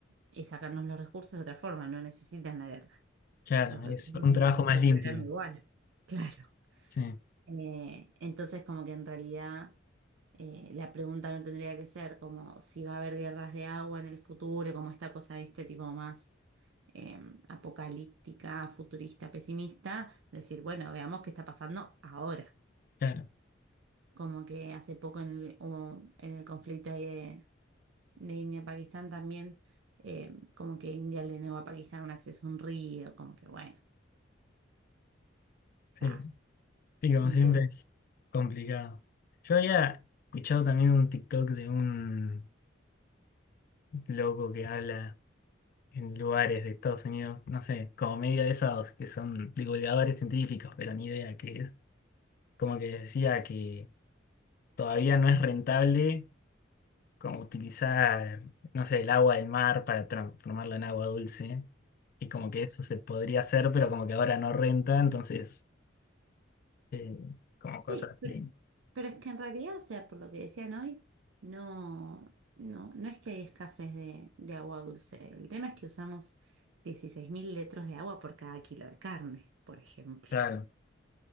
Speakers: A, on the right; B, on the left.
A: y sacarnos los recursos de otra forma, no necesitan la guerra.
B: claro,
A: Los recursos
B: es un
A: nos
B: trabajo
A: los están
B: más limpio.
A: sacando igual. Claro.
B: Sí,
A: Eh, entonces, como que en realidad eh, la pregunta no tendría que ser como si va a haber guerras de agua en el futuro, como esta cosa, viste, tipo más eh, apocalíptica, futurista, pesimista, decir, bueno, veamos qué está pasando ahora.
B: claro,
A: Como que hace poco en el, o en el conflicto ahí de, de India-Pakistán también, eh, como que India le negó a Pakistán un acceso a un río, como que bueno, está
B: sí. Sí, como
A: interesante.
B: siempre es complicado. Yo había escuchado también un TikTok de un loco que habla en lugares de Estados Unidos, no sé, como medio de esos que son divulgadores científicos, pero ni idea qué es. Como que decía que todavía no es rentable como utilizar, no sé, el agua del mar para transformarla en agua dulce. Y como que eso se podría hacer, pero como que ahora no renta, entonces, eh, como
A: Sí,
B: cosas así.
A: pero, pero es que en realidad, o sea, por lo que decían hoy, no, no, no es que hay escasez de, de agua dulce. El tema es que usamos 16.000 litros de agua por cada kilo de carne, por ejemplo.
B: Claro,
A: <laughs>